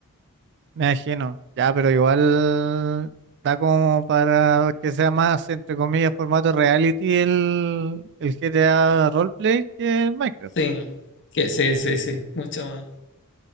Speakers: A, on the right (about 50°); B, on the left (about 55°).
A: Me imagino. Ya, pero igual da como para que sea más, entre comillas, formato reality el, el GTA Roleplay que el Minecraft.
B: Sí. Que sí, sí, sí, mucho más.